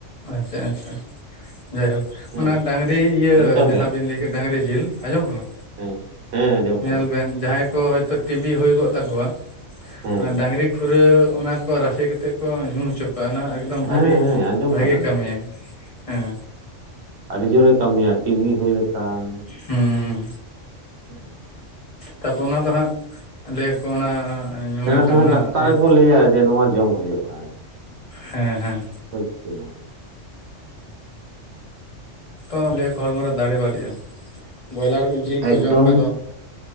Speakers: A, on the left; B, on the right.
A: ᱟᱪᱪᱷᱟ ᱟᱪᱪᱷᱟ, ᱡᱟᱭᱦᱳᱠ
B: ᱦᱮᱸ
A: ᱚᱱᱟ ᱰᱟᱝᱨᱤ ᱤᱭᱟᱹ
B: ᱡᱚᱛᱚ
A: ᱡᱟᱦᱟᱸ
B: ᱜᱮ
A: ᱵᱤᱱ ᱞᱟᱹᱭ ᱠᱮᱫ ᱰᱟᱝᱨᱤ ᱡᱤᱞ᱾ ᱟᱸᱡᱚᱢᱚᱜ ᱠᱟᱱᱟ?
B: ᱦᱮᱸ᱾ ᱦᱮᱸ ᱟᱸᱡᱚᱢᱚᱜ
A: ᱧᱮᱞ
B: ᱠᱟᱱᱟ
A: ᱵᱮᱱ ᱡᱟᱦᱟᱸᱭ ᱠᱚ ᱦᱚᱭᱛᱳ ᱴᱤᱵᱤ ᱦᱩᱭ ᱠᱚᱜ ᱛᱟᱠᱚᱣᱟ
B: ᱦᱮᱸ
A: ᱚᱱᱟ ᱰᱟᱝᱨᱤ ᱠᱷᱩᱨᱟᱹ ᱚᱱᱟ ᱠᱚ ᱨᱟᱥᱮ ᱠᱟᱛᱮᱜ ᱠᱚ ᱧᱩ ᱦᱚᱪᱚ ᱠᱚᱣᱟ᱾ ᱚᱱᱟ ᱮᱠᱫᱚᱢ
B: ᱦᱮᱸ
A: ᱟᱹᱰᱤ
B: ᱦᱮᱸ ᱟᱸᱡᱚᱢ
A: ᱵᱷᱟᱜᱤ
B: ᱠᱟᱫᱟᱞᱤᱧ
A: ᱠᱟᱹᱢᱤᱭᱟᱭ ᱦᱮᱸ᱾
B: ᱟᱹᱰᱤ ᱡᱳᱨᱮ ᱠᱟᱹᱢᱤᱭᱟ ᱴᱤᱵᱤ ᱦᱩᱭ ᱞᱮᱠᱷᱟᱱ᱾
A: ᱦᱩᱸ ᱦᱩᱸ
B: ᱦᱩᱸ᱾
A: ᱛᱟᱯᱚᱨ ᱚᱱᱟ ᱫᱚ ᱦᱟᱸᱜ ᱞᱟᱹᱭᱟᱠᱚ ᱚᱱᱟ ᱧᱩ
B: ᱥᱮᱬᱟ
A: ᱞᱮᱠᱷᱟᱱ
B: ᱥᱮᱬᱟ
A: ᱚᱱᱟ
B: ᱰᱟᱠᱛᱟᱨ
A: ᱤᱭᱟᱹ
B: ᱜᱮᱠᱚ ᱞᱟᱹᱭᱟ ᱡᱮ ᱱᱚᱣᱟ ᱡᱚᱢ ᱦᱩᱭᱩᱜ-ᱟ᱾
A: ᱦᱮᱸ ᱦᱮᱸ᱾
B: ᱦᱳᱭᱛᱳ᱾
A: ᱛᱚ ᱞᱟᱹᱭᱟᱠᱚ ᱦᱚᱲᱢᱚ ᱨᱮ ᱫᱟᱨᱮ ᱵᱟᱹᱲᱤᱜ-ᱟ ᱵᱚᱭᱞᱟᱨ ᱡᱤᱞ ᱠᱚ
B: ᱮᱠᱫᱚᱢ
A: ᱡᱚᱢ ᱠᱷᱟᱱ ᱫᱚ